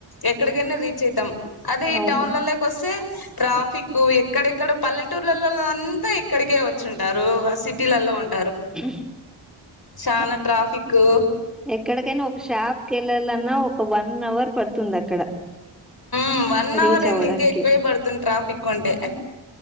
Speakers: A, on the left; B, in the centre.
A: ఎక్కడికైనా రీచ్ అయితం. అదే ఈ
B: అవును
A: టౌన్లాలక్ ఒస్తే ట్రాఫిక్ కు ఎక్కడెక్కడ పల్లెటూర్లలో అంతా ఇక్కడికే వచ్చుంటారు. ఆ సిటీలలో ఉన్
B: హ్
A: చానా ట్రాఫిక్కు
B: ఎక్కడికైనా ఒక షాప్క్ యేళ్లాలన్నా ఒక వన్ అవర్ పడుతుంది అక్కడ.
A: మ్ వన్
B: రీచ్
A: అవర్ ఎంది
B: అవ్వడానికి
A: ఇంకా ఎక్కువే పడుతుంది ట్రాఫికుంటే